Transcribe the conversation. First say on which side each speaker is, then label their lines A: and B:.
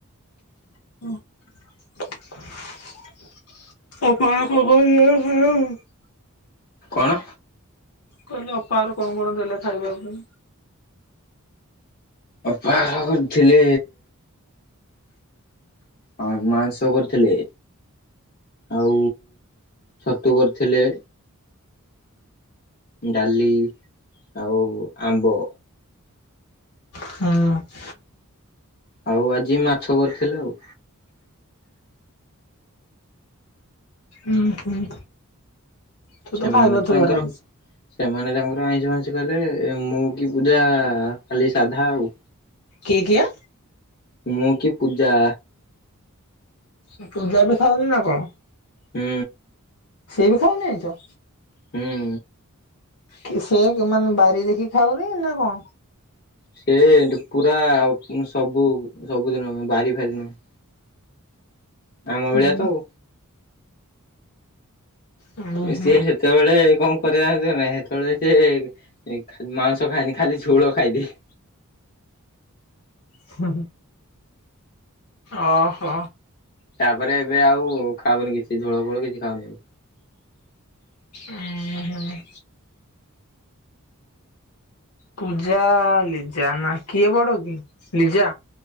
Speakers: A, on the left (about 75°); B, on the left (about 45°).
A: <inaudible> ଅପା କକ ଖଉ <unintelligible>
B: କଣ?
A: କହିଲେ ଅପା ଘର କଣ କଣ ଦେଲେ ଖାଇବାକୁ?
B: ଅପା ଘର କରିଥିଲେ ହଁ ମାଂସ କରିଥିଲେ ଆଉ ଛତୁ କରିଥିଲେ। ଡାଲି ଆଉ ଆମ୍ବ।
A: ହୁଁ।
B: ଆଉ ଆଜି ମାଛ କରିଥିଲେ ଆଉ।
A: ଉଁ ହୁଁ। ତୁ
B: ସେମାନେ
A: ଖାଇନଥିବୁ
B: ତ ତାଙ୍କର।
A: ଘରେ ଆଇଁଷ।
B: ସେମାନେ ତାଙ୍କର ଆଇଁଷ ଫାଇଁଷ ଖାଇଲେ ମୁଁ କି ପୂଜା ଖାଲି ସାଧା ଆଉ।
A: କିଏ କିଏ?
B: ମୁଁ କି ପୂଜା।
A: ଏ ପୂଜା ବି ଖାଉନି ନା କଣ?
B: ହୁଁ।
A: ସିଏ ବି ଖାଉନି ଆଇଁଷ।
B: ହୁଁ
A: କି ସେୟା କି ମାନେ ବାରି ଦେଖି ଖାଉନି ନା କଣ।
B: ସିଏ ଏମତି ପୁରା ଆଉ ସବୁ ସବୁଦିନ ବାରି ଫାରିି ନୁହଁ। ଆମ ଭଳିଆ
A: ହୁଁ
B: ତ ଆଉ।
A: ଉଁ
B: ସିଏ
A: ହୁଁ
B: ସେତେବେଳେ କଣ କରିବ ଜାଣିଛୁ ନା ସେତେବେଳେ ସିଏ। ଏ ଖାଲି ମାଉଂସ ଖାଏନି ଖାଲି ଝୋଳ ଖାଇଦିଏ।
A: ହୁଁ ହୁଁ। ଅହୋ।
B: ତାପରେ ଏବେ ଆଉ ଖାଉନି କିଛି ଝୋଳ ଫୋଳ କିଛି ଖାଉନି ଆଉ।
A: ଉଁ ହୁଁ। ପୂଜା ଲିଜା ନା କିଏ ବଡ କି ଲିଜା?